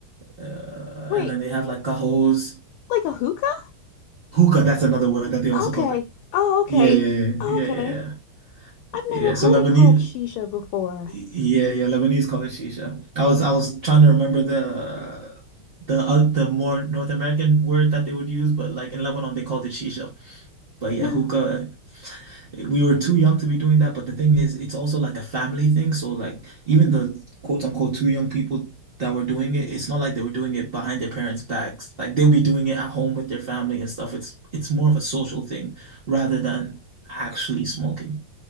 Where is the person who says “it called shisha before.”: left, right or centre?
Left